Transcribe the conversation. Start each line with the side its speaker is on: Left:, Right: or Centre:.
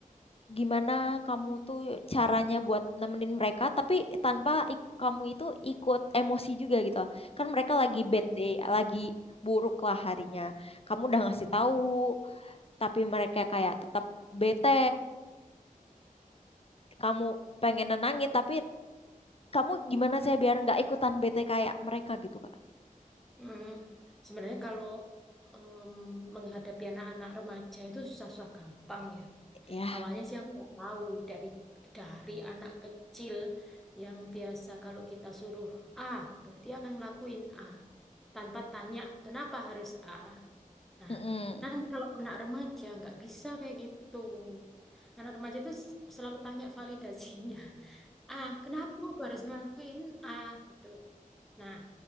Left: gimana kamu tuh caranya buat nemenin mereka tapi tanpa ik- kamu itu ikut emosi juga gitu kan mereka lagi bad
Centre: Hmm,
Left: day lagi buruk lah harinya kamu udah
Centre: mhm.
Left: ngasih tahu tapi mereka kayak tetap bete kamu pengen nenangin tapi kamu gimana sih biar nggak ikutan bete kayak mereka gitu kak
Centre: Hmm, Sebenarnya kalau em, menghadapi anak-anak remaja itu susah-susah gampang ya.
Left: ya
Centre: Awalnya sih aku nggak tahu dari dari anak kecil yang biasa kalau kita suruh A gitu, dia akan ngelakuin A tanpa tanya kenapa harus A. Nah,
Left: Mm-mm.
Centre: nanti kalau anak remaja nggak bisa kayak gitu. Anak remaja itu s- selalu tanya validasinya. <laughs> A, kenapa aku harus ngelakuin A gitu. Nah,